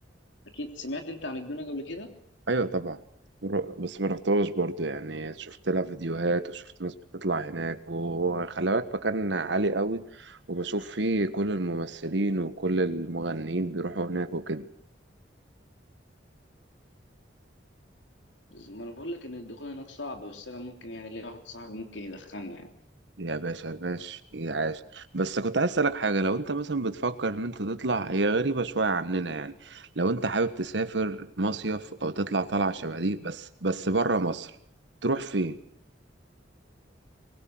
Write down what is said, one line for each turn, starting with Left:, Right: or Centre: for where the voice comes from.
Left: اكيد سمعت انت عن الجونه قبل كده
Right: ايوه طبعا رو- بس ما رحتهاش برضو يعني شفت لها فيديوهات وشفت ناس بتطلع هناك وخلي بالك مكان عالي قوي وبشوف فيه كل الممثلين وكل المغنيين بيروحوا هناك وكده
Left: ما انا بقول لك ان الدخول هناك صعب بس انا ممكن يعني ليا واحد صاحبي ممكن يدخلنا يعني
Right: يا باشا باش يا عاش بس كنت عايز اسألك حاجة لو انت مثلا بتفكر ان انت تطلع هي غريبة شوية عننا يعني لو انت حابب تسافر مصيف او تطلع طلعة شبه دي بس بس بره مصر تروح فين